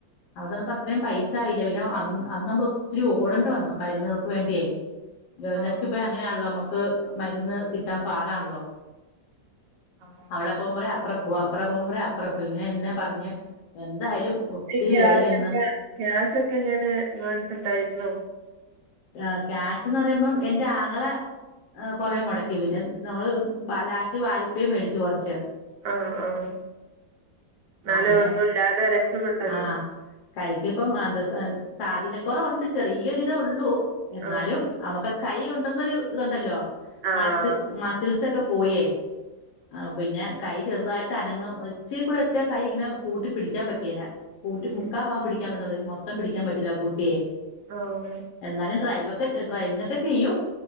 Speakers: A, on the left; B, on the right.
A: അവിടെന്നപ്പോ അത്രെയും പൈസ ആയില്ല പിന്നെ അന്ന് അന്ന് നമ്മള് ഒത്തിരി ഓടണ്ട് വന്നു മരുന്നുകൾക്ക് വേണ്ടെ ഗവനസില്
B: ആഹ്
A: പോയി അങ്ങനെണല്ലോ മരുന്ന് കിട്ടാം പാടാണല്ലോ
B: ആഹ്
A: അവിടെ പോകുമ്പള് അത്ര പോ അത്ര പോകുമ്പേ അത്ര പറഞ് ഇങ്ങനെന്നെ പർഞ്ഞ് എന്തായാലും ഒത്തിരി
B: ക്യാഷ്
A: വേദന ഇന്ന്
B: ഇല്ല ക്യാഷൊക്കെ ഞാന് ഇങ്ങളെടുത്ത് ഉണ്ടായിരുന്നോ?
A: ആഹ് ക്യാഷ്ന്ന് പറയുമ്പം എന്റെ ആങ്ങള കൊറെ മോടക്കി പിന്നെ നമ്മള് ബലാശ വായ്പ്പയും മേടിച്ച് കോർച്ച്
B: ആഹ് ആഹ് എന്നാലും
A: അങ്ങനെ
B: ഒന്നും ഇല്ലാതെ രക്ഷപ്പെട്ടല്ലോ
A: ആഹ് കൈക്ക് ഇപ്പം മന്ത്‌സ സാധീനകോറവ് ഉണ്ട് ചെറിയ ഒരിതെ ഒള്ളൂ എന്നാലും
B: ആഹ്
A: നമക്ക് കൈ ഉണ്ടെന്നൊരു ഇതുണ്ടല്ലോ
B: ആഹ്
A: മസിൽ മസിൽസൊക്കെ പോയേ ആഹ് പിന്നെ കൈ ചെറുതായിട്ട് അനങ്ങും ഒച്ചികുള്ളെ കൈ ഇങ്ങനെ കൂട്ടി പിടിക്കാൻ പറ്റിയേരാ കൂട്ടി
B: ഉം
A: മുക്കാ ഭാഗം പിടിക്കാൻ പറ്റ്ന്നു മൊത്തം പിടിക്കാൻ പറ്റില്ല കൂട്ടെ
B: ആഹ്
A: എന്നാലും ഡ്രൈവ്ക്കെ ഡ്രൈവിങ്‌ ക്കെ ചെയ്യും